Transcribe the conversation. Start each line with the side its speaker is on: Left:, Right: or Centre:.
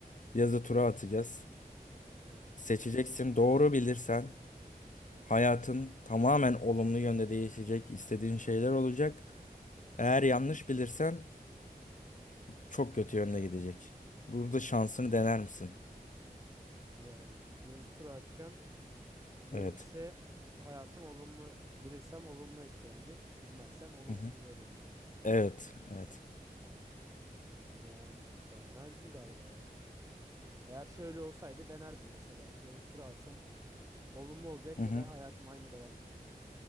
Left: yazı tura atacağız.
Right: Evet.
Left: Seçeceksin doğru bilirsen hayatın tamamen olumlu yönde değişecek istediğin şeyler olacak. Eğer yanlış bilirsen Çok kötü yönde gidecek. Burada şansını dener misin?
Right: Yani yazı tura atacağım. Gelirse
Left: Evet.
Right: hayatım olumlu. Bilirsem olumlu etkilenecek. Bilmezsem olumsuz
Left: Hı hı.
Right: dönecek.
Left: Evet. Evet.
Right: Yani denemezdim galiba ya. Eğer şöyle olsaydı denerdim mesela. Yazı tura alsam olumlu olacak
Left: Hı hı.
Right: ya da hayatım aynı devam edecek.